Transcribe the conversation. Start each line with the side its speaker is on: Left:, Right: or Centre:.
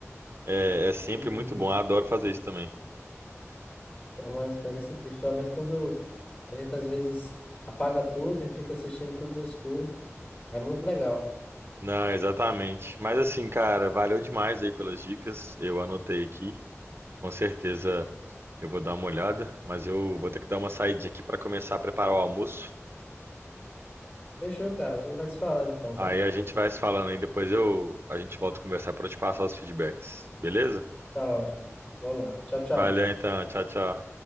Right: É, é sempre
Left: Uhum.
Right: muito bom. Eu adoro fazer isso também.
Left: É uma experiência incrível, principalmente quando a gente às vezes apaga tudo e fica assistindo tudo no escuro. É muito legal.
Right: Não, exatamente. Mas assim, cara, valeu demais aí pelas dicas. Eu anotei aqui. Com certeza Eu vou dar uma olhada, mas eu vou ter que dar uma saidinha aqui para começar a preparar o almoço.
Left: Fechou, cara. A gente vai se falando então,
Right: Aí
Left: tá?
Right: a gente vai se falando aí, depois eu a gente volta a conversar para eu te passar os feedbacks. Beleza?
Left: Tá ótimo. Vamos lá. Tchau, tchau.
Right: Valeu então, tchau, tchau.